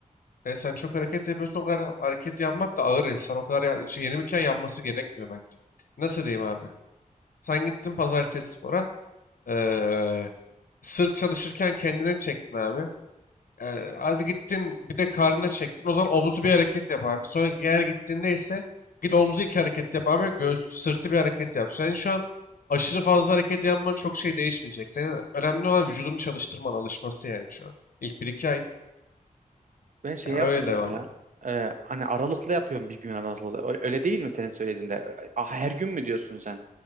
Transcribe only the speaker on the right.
Ben şey
yapmıyorum
ya.
Ee, hani aralıklı yapıyorum bir gün aralıklı. Öyle öyle değil mi senin söylediğinde? Ah, her gün mü diyorsun sen?